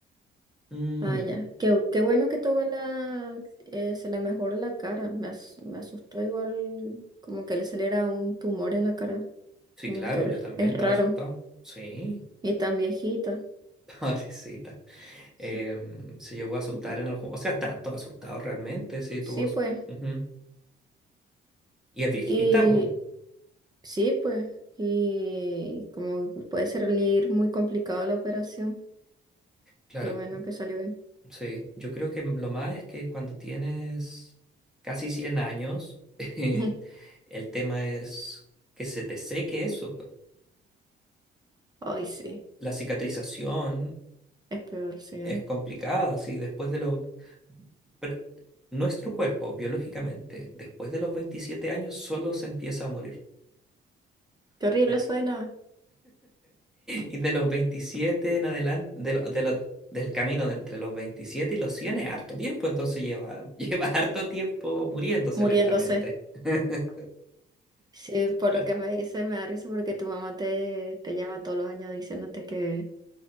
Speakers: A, in the centre; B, on the right.
A: Mm,
B: Ah, ya. Qué, qué bueno que tu abuela eh, se le mejoró la cara. Me, as- me asustó igual como que le saliera un tumor en la cara,
A: sí,
B: como
A: claro,
B: que r-
A: yo también
B: es raro.
A: estaba asustado. Sí,
B: Y tan viejita.
A: <laughs> pobrecita.
B: Sí,
A: Em, se llegó a asustar
B: mm,
A: en algún... O sea, estaban todos asustados realmente, sí,
B: sí,
A: tuvo... s-
B: pues.
A: ujú. Y es viejita,
B: Y
A: pues,
B: sí, pues. Y como puede salir muy complicado la operación.
A: claro.
B: Qué bueno que salió bien.
A: Sí, yo creo que lo más es que cuando tienes casi 100 años, <laughs>
B: <laughs>
A: el tema es que se te seque eso. po.
B: Ay, sí,
A: La cicatrización
B: es peor, sí. eh.
A: es complicada, sí, después de los... pr- Nuestro cuerpo, biológicamente, después de los 27 años, solo se empieza a morir
B: Qué
A: <laughs>
B: horrible suena,
A: Y de los 27 en adelante, de lo- de lo- del camino de entre los 27 y los 100 es harto tiempo, entonces lleva, <laughs> lleva harto tiempo muriéndose
B: muriéndose.
A: lentamente. <laughs>
B: Sí, por
A: Claro.
B: lo que me dice, me da risa porque tu mamá te, te llama todos los años diciéndote que,